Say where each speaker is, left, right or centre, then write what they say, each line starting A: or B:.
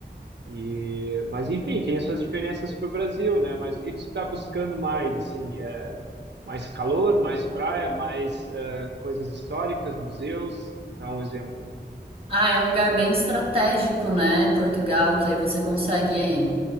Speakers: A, on the right (about 70°); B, on the right (about 30°).
A: e, mas enfim, tem suas diferenças para o Brasil, né, mas o que que você está buscando mais, assim, é mais calor, mais praia, mais eh, coisas históricas, museus, dá um exemplo aí.
B: Ah, é um lugar bem estratégico, né? Portugal, que aí você consegue